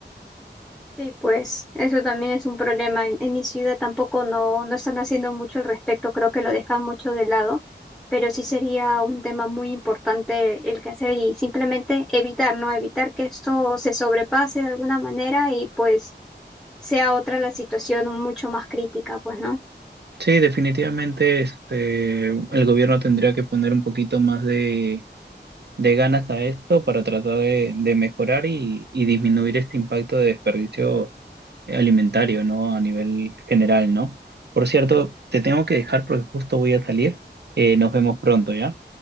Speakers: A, in the centre; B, on the right.
A: Sí, pues eso también es un problema. En, en mi ciudad tampoco no, no están haciendo mucho al respecto, creo que lo dejan mucho de lado, pero sí sería un tema muy importante el que hacer y simplemente evitar, ¿no? Evitar que esto se sobrepase de alguna manera y pues sea otra la situación mucho más crítica, pues, ¿no?
B: Sí, definitivamente este, el gobierno tendría que poner un poquito más de de ganas a esto para tratar de, de mejorar y, y disminuir este impacto de desperdicio alimentario, ¿no? A nivel general, ¿no? Por cierto, te tengo que dejar porque justo voy a salir. Eh, nos vemos pronto, ¿ya?